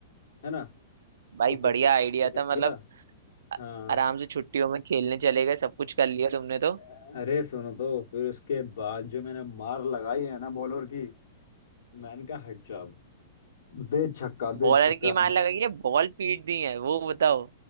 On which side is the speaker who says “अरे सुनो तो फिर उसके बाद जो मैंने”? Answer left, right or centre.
Left